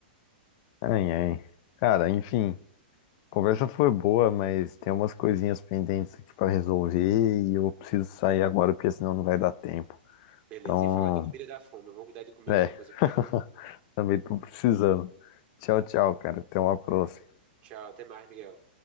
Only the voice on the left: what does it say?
Ai, ai. Cara, enfim, Conversa foi boa, mas tem umas coisinhas pendentes aqui pra resolver e eu preciso sair agora porque senão não vai dar tempo.
Então,
é,
<laughs>
também tô precisando. Tchau, tchau, cara. Até uma próxima.